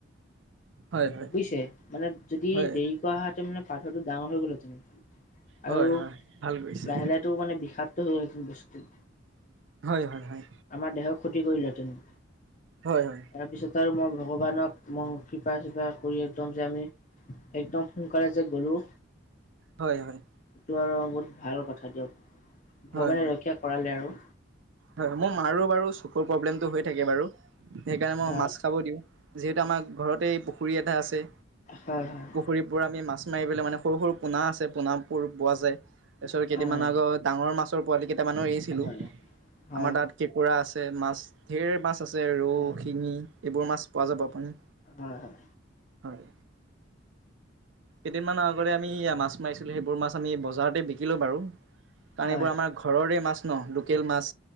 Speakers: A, on the right; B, on the left.
A: হয় হয়
B: বুজিছে মানে যদি
A: হয়
B: দেৰি কৰা হেতেন মানে পাথৰটো ডাঙৰ হৈ গ'ল তেনে
A: হয় হয়
B: আৰু
A: হয় ভাল কৰিছে
B: লাহে লাহে টো মানে বিষাক্ত হৈ গ'ল হেতেন বস্তুটো।
A: হয়, হয়, হয়।
B: আমাৰ দেহৰ ক্ষতি কৰিলেহেঁতেন।
A: হয়, হয়।
B: তাৰপিছত আৰু মই ভগৱানক মই কৃপা চৃপা কৰি একদম যে আমি একদম সোনকালে যে গ'লো।
A: হয়, হয়।
B: সেইটো আৰু বহুত ভাল কথা দিয়ক
A: হয় হয়
B: ভগৱানে ৰক্ষা কৰালে আৰু।
A: হয়, মোৰ মাৰো বাৰু চকুৰ প্ৰব্লেমটো হৈ থাকে বাৰু সেইকাৰণে মই
B: হয়
A: মাছ খাব দিওঁ। যিহেতু আমাৰ ঘৰতেই পুখুৰী এটা আছে।
B: হয়, হয়।
A: পুখুৰীবোৰ আমি মাছ মাৰি পেলাই মানে সৰু সৰু পোনা আছে পোনাবোৰ পোৱা যায়। তাৰ পিছত কেইদিনমান
B: হয়
A: আগত ডাঙৰ মাছৰ পোৱালি কেইটামানো এৰিছিলো
B: হয় হয় হয়
A: আমাৰ তাত কেঁকোৰা আছে মাছ। ঢেৰ মাছ আছে ৰৌ,
B: হয়
A: শিঙি এইবোৰ মাছ পোৱা যাব আপুনি।
B: হয় হয়।
A: হয়। কেইদিনমানৰ আগতে আমি মাছ মাৰিছিলোঁ সেইবোৰ মাছ আমি বজাৰতে বিকিলোঁ বাৰু, কাৰণ
B: হয়
A: এইবোৰ আমাৰ- ঘৰৰে মাছ ন, লোকেল মাছ।